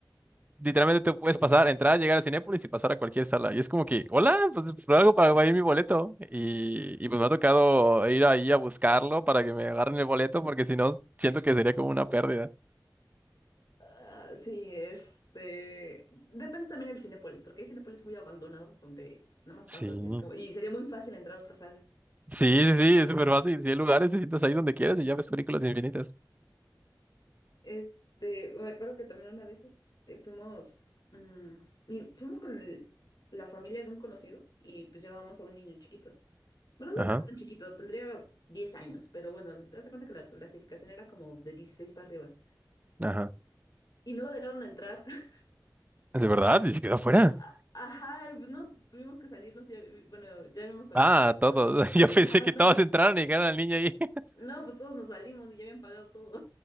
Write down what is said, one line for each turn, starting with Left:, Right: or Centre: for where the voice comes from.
Right: literalmente te puedes pasar, entrar, llegar a Cinépolis y pasar a cualquier sala. Y es como que, hola, pues por algo para ir mi boleto. Y, y pues me ha tocado ir ahí a buscarlo para que me agarren el boleto, porque si no, siento que sería como una pérdida.
Left: ah, sí, este. Depende también del Cinépolis, porque hay Cinépolis muy abandonados donde pues, nada más
Right: Sí.
Left: pasas y es como. Y sería muy fácil entrar a otra sala.
Right: Sí, sí, sí, es súper fácil. Si hay lugares, te sientas ahí donde quieras y ya ves películas infinitas.
Left: Este, me acuerdo que también una vez este, fuimos, mm, y fuimos con el- la familia de un conocido y pues llevábamos a un niño chiquito. Bueno, no
Right: Ajá,
Left: estaba tan chiquito, tendría 10 años, pero bueno, haz de cuenta que la clasificación era como de 16 para arriba.
Right: ajá.
Left: Y no lo dejaron entrar. <laughs>
Right: ¿De verdad? ¿Y se quedó afuera?
Left: A- Ajá, pues no, pues, tuvimos que salirnos y ya- bueno, ya habíamos pagado
Right: Ah,
Left: las entradas
Right: todos.
Left: y todo.
Right: <laughs> Yo pensé
Left: Ajá,
Right: que
Left: no,
Right: todos entraron y dejaron al niño ahí. <laughs>
Left: no, pues todos nos salimos y ya habían pagado todo.